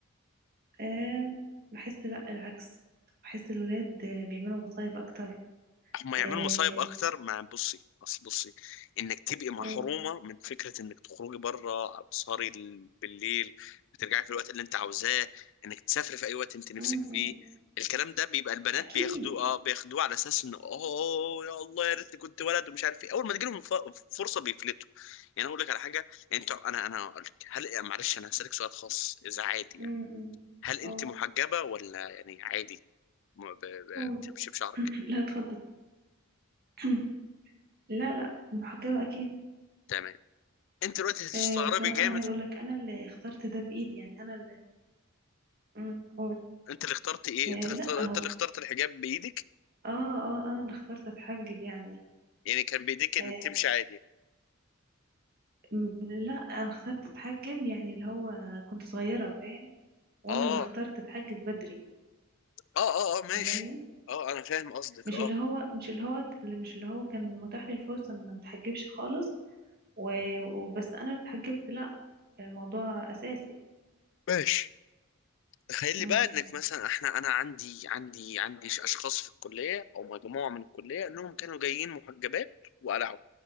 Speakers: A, on the right; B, on the left.
A: آه بحس لأ العكس بحس الولاد آه، بيعملوا مصايب أكتر
B: هم يعملوا
A: آه
B: مصايب اكتر مع بصي اصل بصي انك تبقي محرومه
A: قول
B: من فكره انك تخرجي بره تسهري ال- بالليل بترجعي في الوقت اللي انت عاوزاه انك تسافري في اي وقت انت نفسك
A: م-
B: فيه
A: م.
B: الكلام ده بيبقى البنات
A: أكيد
B: بياخدوه اه بياخدوه على اساس انه اوه يا الله يا ريتني كنت ولد ومش عارف ايه اول ما تجيلهم ف- فرصه بيفلتوا يعني أنا اقول لك على حاجه انت انا انا هقول لك هل معلش انا هسالك سؤال خاص اذا عادي
A: م-
B: يعني
A: م.
B: هل انت
A: قول
B: محجبه ولا يعني عادي ما
A: قول
B: بتمشي بشعرك
A: <clears throat> لا اتفضل <clears throat> لا لا محجبة أكيد
B: تمام انت دلوقتي هتستغربي
A: آه وكمان
B: جامد
A: أنا عايز أقولك أنا اللي اخترت ده بإيدي يعني أنا اللي مم، قول
B: انت اللي اخترت ايه
A: آه
B: انت اللي اخترت
A: لا أهو
B: انت اللي اخترت الحجاب بايدك
A: آه آه أنا اللي اخترت أتحجب يعني
B: يعني كان بايديك ان
A: آه،
B: تمشي عادي
A: م- لا انا اخترت اتحجب يعني اللي هو كنت صغيرة فاهم وانا
B: اه
A: اللي اخترت
B: اه
A: اتحجب بدري
B: اه اه ماشي
A: فاهمني
B: اه انا فاهم قصدك
A: مش
B: اه
A: اللي هو مش اللي هو مش اللي هو كان متاح لي الفرصة ان أنا ما اتحجبش خالص و- وبس انا اللي اتحجبت لا الموضوع اساسي
B: ماشي تخيل
A: امم
B: لي بقى انك مثلا احنا انا عندي عندي عندي ش- اشخاص في الكليه او مجموعه من الكليه انهم كانوا جايين محجبات وقلعوا